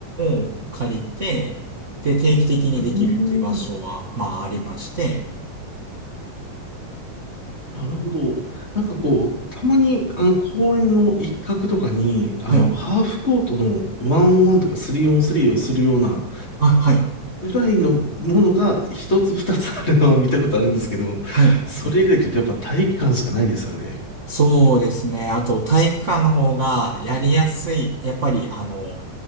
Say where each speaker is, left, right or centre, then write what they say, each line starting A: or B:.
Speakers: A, on the right; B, on the left.
A: 館を借りて、で、定期的にできるっていう場所は、
B: ーん
A: まあ、ありまして、
B: なるほど。なんかこう、たまに、あの、公園の一角とかに、あの、
A: はい。
B: ハーフコートのワンオンワンとかスリーオンスリーをするような、
A: あ、はい。
B: ぐらいのものが一つ二つあるのは見たことあるんですけど、
A: はい。
B: それ以外というとやっぱ体育館しかないですよね。
A: そうですね。あと、体育館の方がやりやすい。やっぱり、あの、